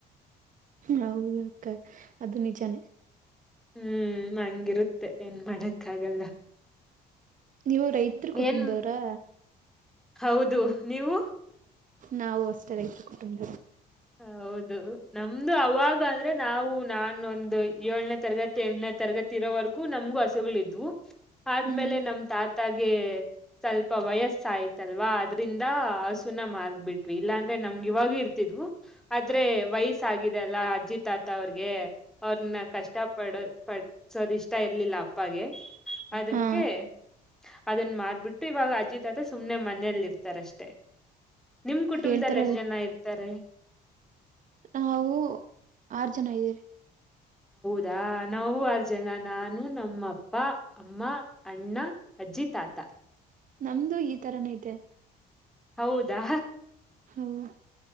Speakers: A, on the right; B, in the centre.
A: ಹೌದ ಅಕ್ಕ ಅದು ನಿಜಾನೇ
B: ಹ್ಮ್ ಹಂಗಿರುತ್ತೆ ಮತ್ತೆ ಏನ್ ಮಾಡಕ್ಕ ಆಗಲ್ಲ
A: ನೀವು ರೈತರ ಕುಟುಂಬದವ್ರಾ
B: ಏನ್ ಹೌದು ನೀವು.
A: ನಾವು ಅಷ್ಟೇ ರೈತರ ಕುಟುಂಬ
B: ಹೌದು ನಮ್ದು ಅವಾಗ ಅಂದ್ರೆ ನಾವು ನಾ ಒಂದು ಏಳ್ನೆ ತರಗತಿ ಎಂಟನೆ ತರಗತಿ ಇರೋವರೆ <unintelligible> ನಮಗೂ ಹಸುಗಳ ಇದ್ವು. ಆದ್ಮೇಲೆ
A: ಹ್ಮ್
B: ನಮ್ ತಾತಾಗೆ ಸ್ವಲ್ಪ ವಯಸ್ಸಾಯ್ತು ಅಲ್ವಾ ಅದ್ರಿಂದ ಹಸುನ ಮಾರ್ಬಿಟ್ವಿ ಇಲ್ಲಾಂದ್ರೆ ನಮ್ ಇವಾಗು ಇರ್ತಿದ್ವು ಆದ್ರೆ ವಯಸ್ಸಾಗಿದೆ ಎಲ್ಲ ಅಜ್ಜಿ ತಾತಾ ಅವ್ರಿಗೆ ಅವ್ರನ್ನ ಕಷ್ಟ ಪಡ ಪಡ್ಸೋದ್ ಇಷ್ಟ ಇರ್ಲಿಲ್ಲ ಅಪ್ಪಾಗೆ ಅದಕ್ಕೆ
A: ಹಾ
B: ಅದನ್ನ ಮಾರ್ಬಿಟ್ಟು ಇವಾಗ ಅಜ್ಜಿ ತಾತ ಸುಮ್ನೆ ಮನೆಯಲ್ಲಿ ಇರ್ತಾರ ಅಷ್ಟೆ ತ್ತೆ ನಿಮ್ ಕುಟುಂಬದಲ್ಲಿ
A: ಹೇಳ್ತಾರ
B: ಎಷ್ಟ್ ಜನ ಇರ್ತಾರೆ.
A: ನಾವು ಆರ್ ಜನ ಇದ್ದೀವಿ.
B: ದಾ ನಾವು ಆರ್ ಜನ ನಾನು ನಮ್ಮಪ್ ಅಪ್ಪಾ ಅಮ್ಮ ಅಣ್ಣ ಅಜ್ಜಿ ತಾತ.
A: ನಮ್ದು ಈ ತರಾನೆ ಇದೆ.
B: ಹೌದಾ.
A: ಹೌದು.